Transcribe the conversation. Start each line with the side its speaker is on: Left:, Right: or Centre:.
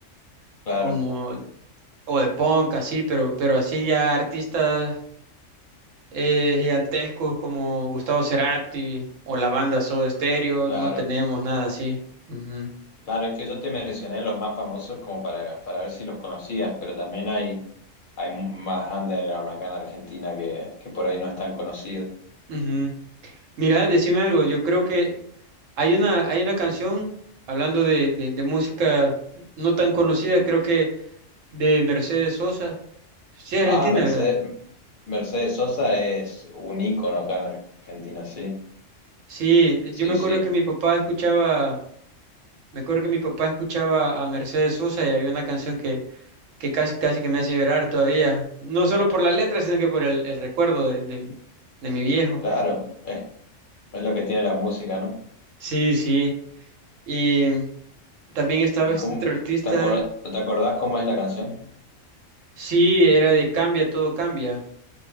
Left: Claro,
Right: como o de punk así, pero pero así ya artistas eh, gigantescos como Gustavo Cerati o la banda Soda Stereo,
Left: claro.
Right: no tenemos nada así. Ujú.
Left: Claro, es que yo te mencioné los más famosos como para, para ver si los conocías, pero también hay, hay más underground acá en Argentina que, que por ahí no es tan conocido.
Right: Ujú. Mira, decime algo, yo creo que hay una, hay una canción, hablando de, de, de música no tan conocida, creo que de Mercedes Sosa, sí, es argentina,
Left: Ah, Mercedes,
Right: ¿verdad?
Left: Mercedes Sosa es un ícono acá en Argentina, sí.
Right: Sí,
Left: Sí,
Right: yo me acuerdo
Left: sí.
Right: que mi papá escuchaba, me acuerdo que mi papá escuchaba a Mercedes Sosa y había una canción que que casi, casi que me hace llorar todavía. No solo por la letra, sino que por el, el recuerdo de, de, de mi viejo.
Left: Claro, es, es lo que tiene la música, ¿no?
Right: Sí, sí. Y también estaba
Left: ¿Y
Right: este
Left: cómo
Right: otro artista.
Left: te acor te acordás cómo es la canción?
Right: Sí, era de Cambia, todo cambia.